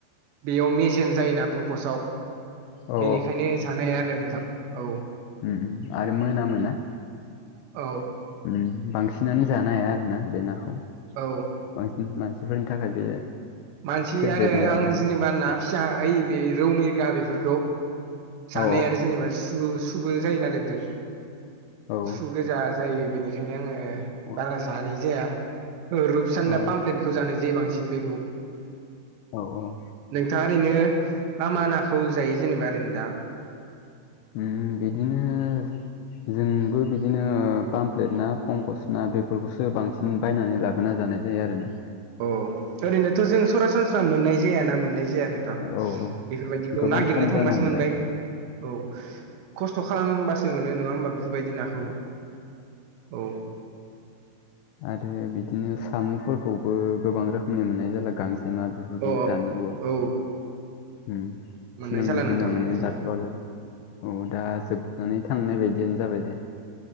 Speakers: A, on the right; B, on the left.
A: बेयाव मेजेम जायोना पंकसाव।
B: औ
A: बेनिखायनो जानाया आरो नोंथां औ
B: ओम आरो मोनामोना।
A: औ
B: उम बांसिनानो जानो हाया आरो ना बे नाखौ
A: औ
B: बांसिन मानसिफोरनि थाखाय बे
A: मानसि
B: फेभरेट
A: आरो
B: नङा
A: आं
B: जानो
A: जेनेबा ना फिसा ओइ बे रौ मिरगा बेफोरखौ जानो
B: औ
A: हाया आरो जेनेबा सु सुबुबो जायो नालाय बिराद
B: औ
A: सु गोजा जायो बेनिखायनो आङो
B: औ
A: बारा जानाय जाया रुपसाना
B: औ
A: पामप्लेट गोथौ जानाय जे बांसिन बेखौ
B: औ औ
A: नोंथाङा ओरैनो मा मा नाखौ जायो जेनेबा ओरैनो दा?
B: उम बिदिनो जोंबो बिदिनो पामप्लेट ना पंकस ना बेफोरखौसो बांसिन उम बायनानै लाबोना जानाय जायो आरो ना।
A: औ ओरैनोथ' जों सरासनस्रा मोननाय जायाना मोननाय जायाना। थां
B: औ औ
A: बेफोरबायदिखौ
B: गोबां
A: नागिरनो
B: खम
A: थांबासो
B: जानो हमबाय
A: मोनबाय औ खस्थ' खालामबासो मोनो नङा होमबा बेफोरबायदि नाखौ
B: औ
A: औ
B: आरो बिदिनो साम'फोरखौबो गोबां रोखोमनि मोननाय जाला गांजेमा बेफोरखौ
A: अ
B: दानि जुगाव
A: औ
B: उम
A: मोननाय
B: सिगांनि
A: जाला नोंथां
B: दिनाव
A: मोननाय
B: मोनोन
A: जाला
B: दाथ' आरो औ दा जोबनानै थांनाय बायदियानो जाबाय दे।